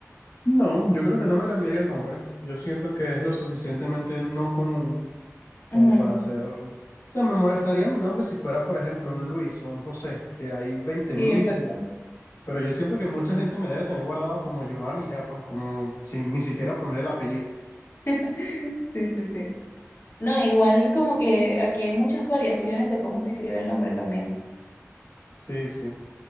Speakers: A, on the left; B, on the left.
A: no, yo creo que no me cambiaría el nombre. Yo siento que es lo suficientemente no común como
B: Ujú,
A: para ser... O sea, me molestaría mi nombre si fuera, por ejemplo, un Luis o un José, que hay veinte
B: Sí,
A: mil,
B: exacto.
A: pero yo siento que mucha gente me debe tener guardado como Giovanni ya, pues, como sin ni siquiera poner el apellido.
B: <laughs> Sí, sí, sí. No, igual como que aquí hay muchas variaciones de cómo se escribe el nombre también.
A: Sí, sí.